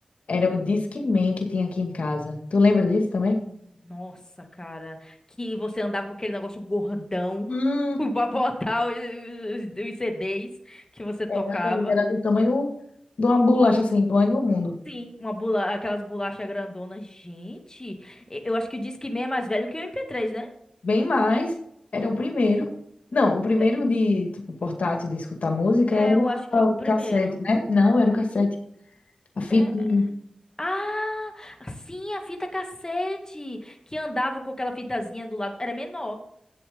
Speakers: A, on the left; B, on the left.
A: era
B: Hum,
A: o Discman que tem aqui em casa. Tu lembra disso também?
B: nossa, cara. Que você andava com aquele negócio gordão
A: Hum,
B: <laughs> pra botar os, os os CDs que você tocava.
A: Exatamente, era do tamanho de uma bolacha assim, do tamanho do mundo.
B: Sim, uma bula... aquelas bolachas grandonas. Gente, e- eu acho que o Disque Man é mais velho que o MP3, né?
A: Bem mais, era o primeiro. Não, o primeiro
B: É,
A: de, tipo, portátil de escutar música
B: é,
A: era
B: eu acho que é o
A: o
B: primeiro.
A: cassete, né? Não, era o cassete. A fitinha.
B: É- Ah, sim, a fita cassete, que andava com aquela fitazinha do lado. Era menor.